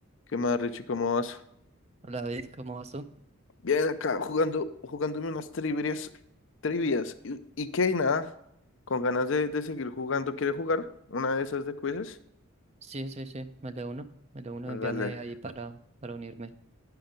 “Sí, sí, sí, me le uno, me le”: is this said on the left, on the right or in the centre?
Right